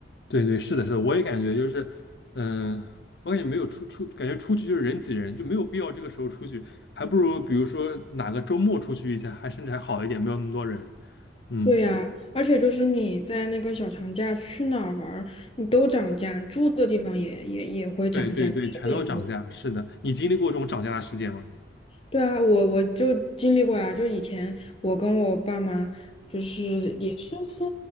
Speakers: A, on the left; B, on the left.
A: 对对，是的，是的，我也感觉就是，嗯、我感觉没有出出，感觉出去就是人挤人，就没有必要这个时候出去，还不如比如说哪个周末出去一下，还甚至还好一点，没有那么多人。嗯，
B: 对呀，而且就是你在那个小长假去哪儿玩儿，你都涨价，住的地方也也也会涨价，
A: 对对对，
B: 吃的也会。
A: 全都涨价，是的，你经历过这种涨价的事件吗？
B: 对啊，我我就经历过呀，就以前我跟我爸妈就是也是是